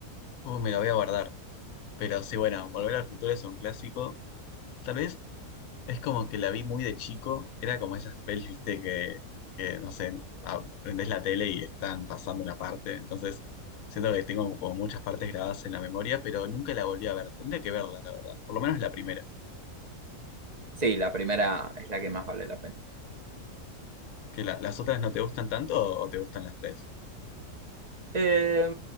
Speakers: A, on the left; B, on the right.
A: Uh, me la voy a guardar. Pero sí, bueno, Volver al Futuro es un clásico. Tal vez es como que la vi muy de chico. Era como esas pelis, viste, que, que no sé, aprendés la tele y están pasando una parte. Entonces, siento que tengo como muchas partes grabadas en la memoria, pero nunca la volví a ver. Tendría que verla, la verdad. Por lo menos la primera.
B: Sí, la primera es la que más vale la pena.
A: Que la- las otras no te gustan tanto o, o te gustan las tres.
B: Eh,